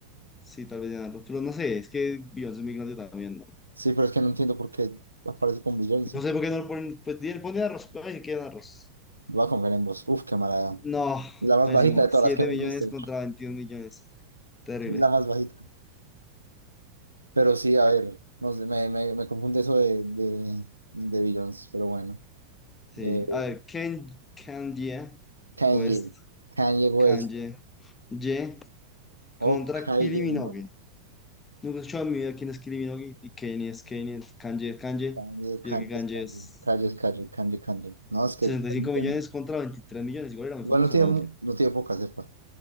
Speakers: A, on the left; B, on the right.
A: sí, tal vez Diana Ross, pero no sé, es que Beyoncé es muy grande también, ¿no?
B: Sí, pero es que no entiendo por qué aparece con Beyoncé.
A: No sé por qué no lo ponen, pues di- pon Diana Ross, pero dice que Diana Ross.
B: Voy a confiar en vos. Uf, qué mala.
A: No,
B: La más
A: pésimo.
B: bajita de todas
A: siete
B: las que hemos
A: millones
B: visto. Es
A: contra 21 millones. Terrible.
B: la más bajita. Pero sí, a ver, no sé, me, me, me confunde eso de, de, de Beyoncé, pero bueno.
A: Sí.
B: Eh,
A: A ver, Ken, Kanye
B: Kanye.
A: West,
B: Kanye West.
A: Kanye Ye contra
B: O Kylie
A: Kylie Minogue.
B: Minogue.
A: Nunca he escuchado en mi vida quién es Kylie Minogue y Kanye es Kanye, Kanye es Kanye.
B: Kanye,
A: Yo
B: Kanye,
A: creo que Kanye
B: es Kanye.
A: es
B: Kanye, es Kanye, Kanye, Kanye. No, es que
A: sesenta y cinco
B: no tiene-
A: millones contra 23 millones. Igual era muy
B: igual
A: famosa
B: no tiene,
A: la
B: mu-
A: otra.
B: no tiene poca cepa.